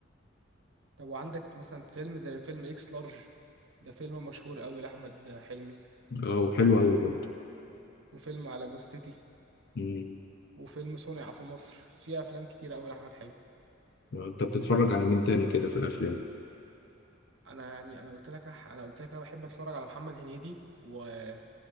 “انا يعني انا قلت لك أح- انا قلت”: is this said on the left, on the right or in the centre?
Right